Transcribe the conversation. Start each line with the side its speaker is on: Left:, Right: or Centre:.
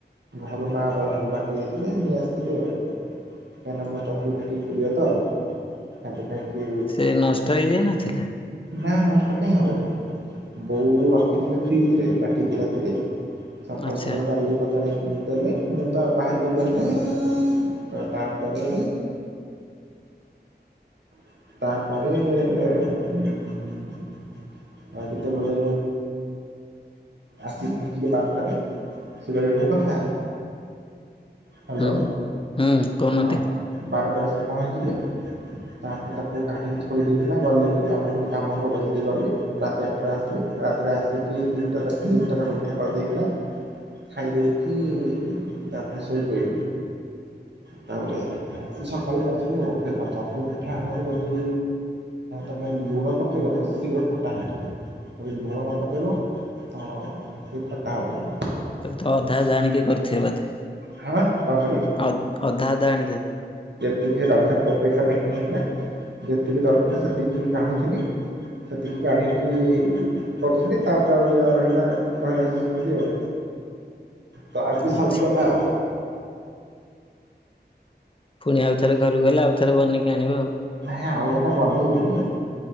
Right: ଘରୁ ମା ବନ୍ ବାଟି ଦେଇଥିଲେ ନେଇ ଆସଥିଲି ଆଉ। ନା ନା ମୋ ଚକୁଳି ପିଠା ଟିକେ ପ୍ରିୟ ତ ଆଦଲ ଯାଇଁକି
Left: ସେ ନଷ୍ଟ ହେଇଯାଇ ନଥିଲା
Right: ନା ନା ତ କାହିଁ ହେବ ବୋଉ ରଖିଥିଲେ ଫ୍ରିଜ ରେ ବାଟିକି ରାତିରେ ସକାଳୁ
Left: ଆଚ୍ଛା
Right: ସକାଳୁ ଡାଲି ମୋତେ ଆଣି ଦେଲେ ମୁଁ, ତ ବାହାରି ଗଲି ଦଶଟାରେ ତ ତାପରେ ତାପରେ ଏ ଉଁ ଆ ଯେତେବେଳେ ଆସିି ପହଞ୍ଚିଲି ବାର ଟାରେ ଶୁବାଯାଉଚି ମୋ କଥା? ହ୍ୟାଲୋ
Left: ହୁଁ ହୁଁ କହୁନାହାନ୍ତି
Right: ହଁ ବାରଟାରେ ଆସିିକି ପହଞ୍ଚିଲି ତାପରେ ତାକୁ କଢିକି ଥୋଇଦେଇକି ନା ଗଲି ଆମର ଯୋଉଠି କି କାମ କରେ ସେଇଠିକି ଗଲି ରାତି ଆଠଟାରେ ଆସିଲି ରାତିରେ ଆସିକି ତିନଟା ତିନଟା ଚା ତିନିଟା ପିଠା କରିଦେଇକି ନା ଖାଇ ଦେଇେଇକି ତାପରେ ଶୋଇପଇଲି। ତାପରେ ସକାଳୁ କରିଥିଲି ଆଉ ଦେଖ ଚକୁଳି ପିଠା ଆଣରେ ଯଦି ତମେ ଲୁଣ ପକେଇଦବ ଶୀଘ୍ର ଖଟା ହେଇଯିବ ଯଦି ଲୁଣ ନ ପକେଇବ ତ ସେ ଖଟା ହବନି।
Left: ଏ ତ ଅଧା ଜାଣିକି କରିଥିବେ ବୋଧେ
Right: ହଁ କଣ କହିଲ
Left: ଅଦ ଅଦ ଅଧା ଅଧା ଆଣିକି କ
Right: ଟିକେ ଡବା <unintelligible> ପାକିଙ୍ଗ ହେଇଥିଲା ଯେତିକି ଦରକାର ସେତିକି କାଢ଼ୁଥିଲି ସେତିକି କାଢ଼ିକି କରୁଥିଲି ତାପରେ, ଆଉ ଜାହା ରହିଲା ରହିଲା ସେମିତି ଆଉ ତ ଆଜି
Left: ଆଚ୍ଛା
Right: ସରିଗଲା ଆଉ।
Left: ପୁଣି ଆଉ ଥରେ ଘରକୁ ଗଲେ ଆଉ ଥରେ ବନେଇକି ଆଣିବ ଆଉ।
Right: ନାଇଁ, ଆଉ ଏଇନା ବନେଇବିନି